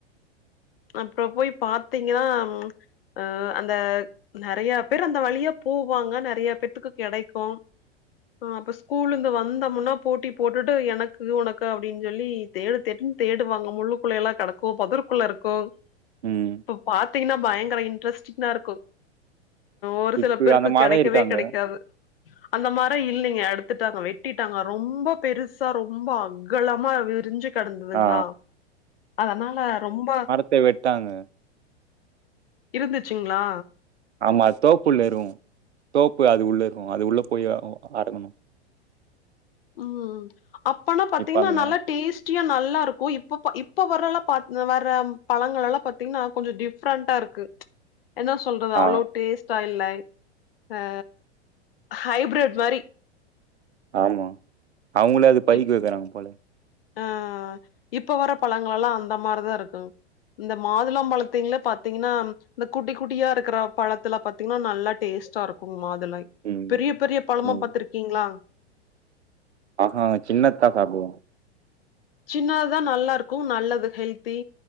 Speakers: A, on the left (about 60°); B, on the right (about 80°).
A: அப்புறம் போய் பாத்தீங்கன்னா ம் அ அந்த நறையா பேர் அந்த வழியா பூவாங்க நறைய பேத்துக்கு கெடைக்கூ ஆ அப்ப ஸ்கூல்ல இருந்து வந்தோமுன்னா போட்டி போட்டுட்டு எனக்கு ஒனக்கு அப்டின் ஜொல்லி தேடு தேட்டு ம் தேடுவாங்க முள்ளுக்குள்ள எல்லா கெடக்கூ பொதர்க்குள்ள இருக் கோ
B: ம்.
A: இப்ப பாத்தீங்கன்னா பயங்கர இன்ட்ரெஸ்ட்டிங்கா இருக்கூ ஒரு
B: இப்ப
A: சில பேர்க்கு
B: அந்த மரம்
A: கெடைக்கவே
B: இருக்காங்க.
A: கெடைக்காது அந்த மர இல்லைங்க அடுத்து த்துட்டாங்க வெட்டிட்டாங்க ரொம்ப பெருசா ரொம்ப அகலமா விரிஞ்சி கடந்துதுங்ளா
B: ஆ
A: அதனால ரொம்ப
B: பே வெட்டாங்க
A: இருந்துச்சுங்ளா
B: ஆமா தோப்பு உள்ள இருகூ தோப்பு அது உள்ள இருகூ அது உள்ள போய் அரகணு
A: ம் அப்பனா பாத்தீங்கன்னா
B: இப்ப அந்த
A: நல்லா
B: மா
A: டேஸ்ட் குட்டியா நல்லா இருக்கூ இப்போ பா இப்ப வரலா பா வர பழங்களல்லா பாத்தீங்ன்னா கொஞ்ச டிஃப்ரெண்டா இருக் க்கு என்ன சொல்றது
B: ஆ
A: அவ்ளோ டேஸ்ட் டா இல்லை அ ஹைபிரட் மாரி
B: ஆமா அவுங்களே அது பைய்க
A: இப்
B: வைக்கறாங்க போல
A: அ இப்ப வர பழங்களல்லா அந்த மாரிதா இருக்குங் இந்த மாதுளம் பழத்திங்ளே பாத்தீங்கன்னா இந்த குட்டி குட்டியா இருக்கிற பழத்துல பாத்தீங்ன்னா நல்லா டேஸ்ட் டாருக்கும் மாதுளை
B: ம்.
A: பெரிய பெரிய பழமா
B: ம்.
A: பாத்துருக்கீங்ளா
B: ஆஹா சின்னத்தா சாப்டுவோ
A: சின்னதுதா நல்லா இருக்கூ நல்லது ஹெல்தி